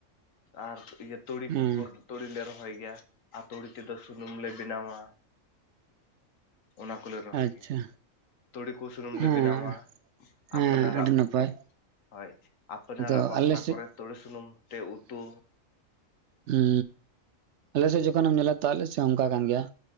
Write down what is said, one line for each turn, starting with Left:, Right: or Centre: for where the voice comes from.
Left: ᱟᱨ ᱤᱭᱟᱹ ᱛᱩᱲᱤ
Right: ᱦᱮᱸ
Left: ᱠᱚᱠᱚ ᱛᱩᱲᱤ ᱞᱮ ᱨᱚᱦᱚᱭ ᱜᱮᱭᱟ ᱟᱨ ᱛᱩᱲᱤ ᱛᱮᱫᱚ ᱥᱩᱱᱩᱢ ᱞᱮ ᱵᱮᱱᱟᱣᱟ ᱚᱱᱟ ᱠᱚᱞᱮ ᱨᱚᱦᱚᱭ
Right: ᱟᱪᱪᱷᱟ
Left: ᱜᱮᱭᱟ ᱛᱩᱲᱤ ᱠᱚ ᱥᱩᱱᱩᱢ
Right: ᱦᱮᱸ
Left: ᱞᱮ ᱵᱮᱱᱟᱣᱟ
Right: ᱦᱮᱸ
Left: ᱟᱯᱱᱟᱨᱟᱜ
Right: ᱟᱹᱰᱤ ᱱᱟᱯᱟᱭ
Left: ᱦᱳᱭ ᱟᱯᱱᱟᱨᱟᱜ
Right: ᱟᱫᱚ
Left: ᱵᱟᱯᱞᱟ
Right: ᱟᱞᱮ ᱥᱮᱫ
Left: ᱠᱚᱨᱮ ᱛᱩᱲᱤ ᱥᱩᱱᱩᱢ ᱛᱮ ᱩᱛᱩ
Right: ᱦᱮᱸ ᱟᱞᱮ ᱥᱮᱫ ᱡᱚᱠᱷᱚᱱᱮᱢ ᱧᱮᱞᱟ ᱛᱚ ᱟᱞᱮ ᱥᱮᱫ ᱦᱚᱸ ᱚᱱᱠᱟ ᱠᱟᱱ ᱜᱮᱭᱟ